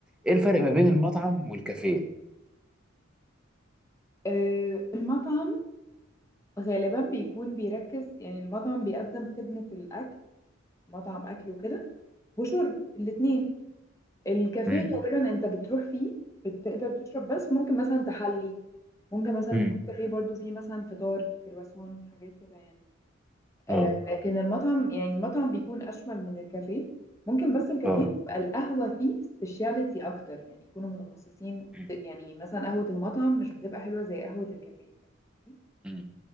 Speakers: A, in the centre; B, on the left.
A: ايه الفرق ما بين المطعم والكافيه
B: آه، المطعم غالبا بيكون بيركز يعني المطعم بيقدم خدمة الأكل مطعم أكل وكده وشرب الاتنين الكافيه
A: امم
B: غالبا انت بتروح فيه بتقدر تشرب بس ممكن مثلا تحلي ممكن مثلا
A: امم
B: يكون كافيه برضو فيه مثلا فطار كرواسون حاجات كده يعني
A: اه
B: آه لكن المطعم يعني المطعم بيكون اشمل من الكافيه ممكن بس الكافيه
A: اه
B: تبقى القهوة فيه سبيشاليتي اكتر يعني يكونوا متخصصين
A: امم
B: يعني مثلا قهوة المطعم مش بتبقى حلوة زي قهوة الكافيه فاهم قصدي؟
A: امم